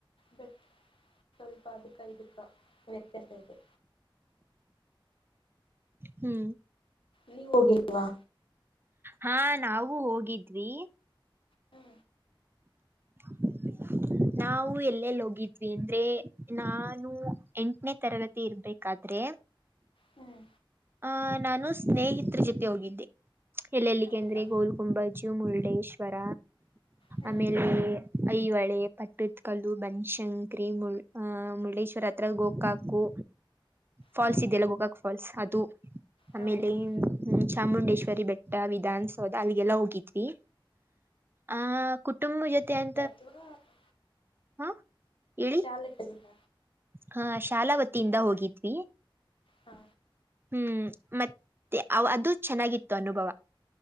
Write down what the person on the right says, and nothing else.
ಹ್ಮ್
ಹಾ ನಾವು ಹೋಗಿದ್ವಿ.
<unintelligible> ನಾವು ಎಲ್ಲೆಲ್ಲಿ ಹೋಗಿದ್ವಿ ಅಂದ್ರೆ ನಾನು ಎಂಟನೇ ತರಗತಿ ಇರ್ಬೇಕಾದ್ರೆ.
ಆ ನಾನು ಸ್ನೇಹಿತರ್ ಜೊತೆ ಹೋಗಿದ್ದೆ. ಎಲ್ಲೆಲ್ಲಿಗೆ
ಅಂದ್ರೆ ಗೋಲ್ ಗುಂಬಜು ಮುರುಡೇಶ್ವರ
ಆಮೇಲೆ ಐಹೊಳೆ ಪಟ್ಟದ್ ಕಲ್ಲು ಬನಶಂಕರಿ ಮು ಅ ಮುರುಳೇಶ್ವರ ಹತ್ರ ಗೋಕಾಕು. ಫಾಲ್ಸ್
ಇದೆಯಲ್ಲ ಗೋಕಾಕ್ ಫಾಲ್ಸ್ ಅದು ಆಮೇಲೆ
ಮ ಚಾಮುಂಡೇಶ್ವರಿ ಬೆಟ್ಟ, ವಿಧಾನಸೌಧ ಅಲ್ಲಿಗೆಲ್ಲ ಹೋಗಿದ್ವಿ. ಆ ಕುಟುಂಬ ಜೊತೆ ಅಂ
ಹಾ ಹೇಳಿ.
ಹಾ ಶಾಲಾ ವತಿಯಿಂದ ಹೋಗಿದ್ವಿ
ಹ್ಮ್ ಮತ್ತೆ ಅದು ಚೆನ್ನಾಗಿತ್ತು ಅನುಭವ